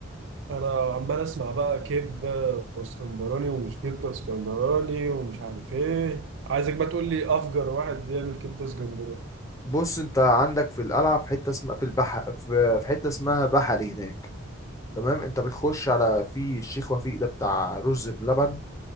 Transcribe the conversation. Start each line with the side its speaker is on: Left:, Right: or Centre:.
Right: انا عمال اسمع بقى كبده اسكندراني ومش كبده اسكندراني ومش عارف ايه عايزك بقى تقول لي افجر واحد بيعمل كبده اسكندراني
Left: بص انت عندك في القلعة في حتة اسمها في البحر في في حتة اسمها بحري هناك تمام انت بتخش على في الشيخ وفيق ده بتاع رز بلبن